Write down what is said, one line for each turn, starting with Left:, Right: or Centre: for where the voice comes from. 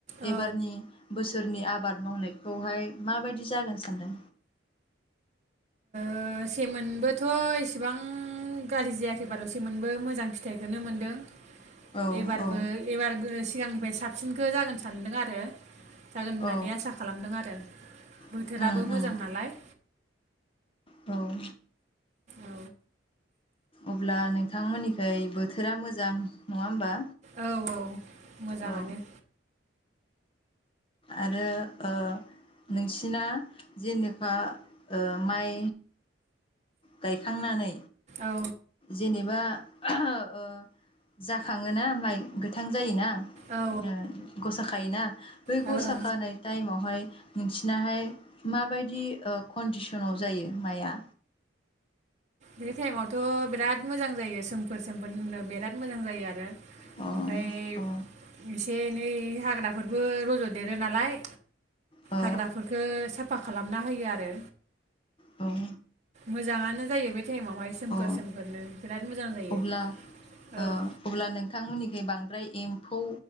Right: औ
Left: एबारनि बोसो सोरनि आबाद मावनायखौहाय माबायदि जागोन सानदों
Right: ओ सेमोनबोथ' इसेबां गारजि जायाखै बारु सेमोनबो मोजां फिथाइखोनो मोनदों
Left: औ
Right: एबारबो
Left: औ
Right: एबारगो सिगांनिफ्राय साबसिनखो जागोन सानदों आरो जागोन होननानै
Left: औ
Right: आसा खालामदों आरो बोथोराबो
Left: उम
Right: मोजां
Left: उम
Right: नालाय
Left: औ
Right: औ
Left: अब्ला नोंथांमोननिफ्राय बोथोरा मोजां नङा होमबा
Right: औ औ मोजाङानो
Left: औ आरो ओ नोंसिना जेनेबा ओ माइ गायखांनानै
Right: औ
Left: जेनेबा ओ जाखाङोना माइ गोथां जायोना ओ
Right: औ
Left: गसा खायोना बै
Right: औ
Left: गसा
Right: औ
Left: खानाय टाइमावहाय नोंसिनाहाय माबायदि ओ कन्डिसनाव जायो माया
Right: बे टाइमावथ' बिराद मोजां जायो सोमखोर सोमखोरनो बिराद मोजां जायो आरो
Left: अ
Right: ओमफफ्राय
Left: औ
Right: इसे एनै हाग्राफोरबो रज'देरो नालाय
Left: औ
Right: हाग्राफोरखौ साफा खालामना होयो आरो
Left: औ
Right: मोजाङानो जायो बे टाइमावहाय सोमखोर
Left: अ
Right: सोमखोरनो बिराद मोजां जायो
Left: अब्ला ओ
Right: औ
Left: अब्ला नोंथांमोननिखै बांद्राय एम फौ